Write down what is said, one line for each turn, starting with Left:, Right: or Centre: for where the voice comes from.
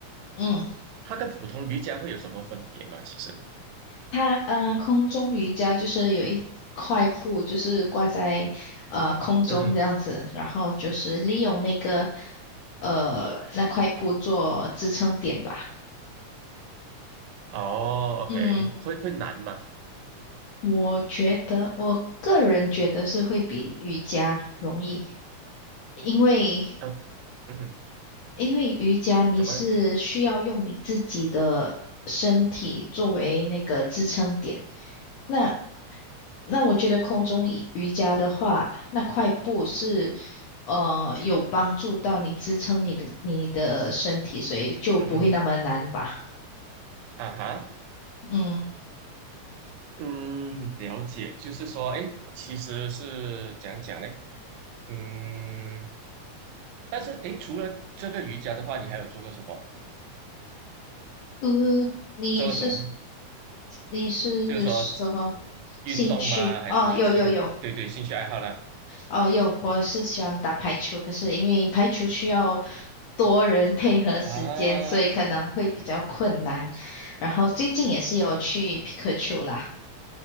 Left: 嗯。
Right: 它跟普通瑜伽会有什么分别吗？其实，
Left: 它呃，空中瑜伽就是有一块布，就是挂在呃空中这样子，
Right: 嗯哼，
Left: 然后就是利用那个呃那块布做支撑点吧。
Right: 哦，OK，
Left: 嗯，
Right: 会会难吗？
Left: 我觉得我个人觉得是会比瑜伽容易，因为
Right: 啊，嗯哼，
Left: 因为瑜伽你是需要用你自己的身体作为那个支撑点。
Right: 怎么，
Left: 那那我觉得空中瑜瑜伽的话，那块布是呃有帮助到你支撑你的你的身体，所以就不会那么难吧？
Right: 嗯哼，啊哈，
Left: 嗯，
Right: 嗯，了解，就是说，哎，其实是讲讲呢，嗯，但是哎，诶除了这个瑜伽的话，你还有做过什么？
Left: 呃，你是
Right: 做过什么？
Left: 你是说
Right: 就是说运动吗？
Left: 兴趣？
Right: 还是其他？
Left: 哦，有有有，
Right: 对对，兴趣爱好啦。
Left: 哦有，我是喜欢打排球，可是因为排球需要多人配合时间，
Right: 啊，
Left: 所以可能会比较困难。然后最近也是有去皮克球啦，